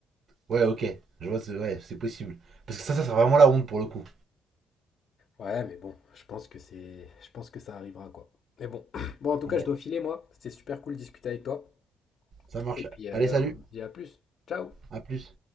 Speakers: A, on the right; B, on the left.
A: Ouais, ok. Je vois, c'est ouais, c'est possible. Parce que ça, ça sera vraiment la honte pour le coup.
B: Ouais, mais bon, je pense que c'est, je pense que ça arrivera quoi. Mais bon, <clears throat> bon en tout
A: Ouais,
B: cas je dois filer moi. C'était super cool de discuter avec toi.
A: ça marche.
B: Et puis euh,
A: Allez, salut.
B: on se dit à plus. Ciao.
A: À plus.